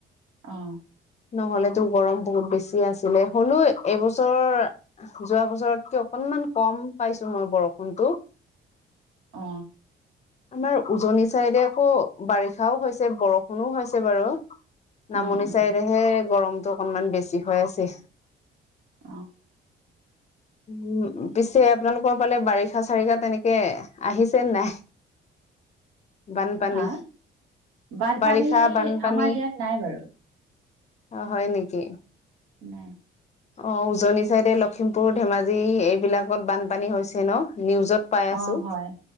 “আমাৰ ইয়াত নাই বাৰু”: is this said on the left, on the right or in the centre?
Right